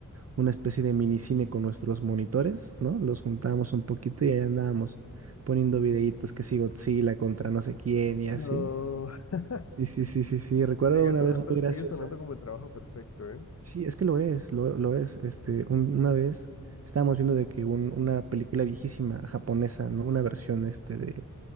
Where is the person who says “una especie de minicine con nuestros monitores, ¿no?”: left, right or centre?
Right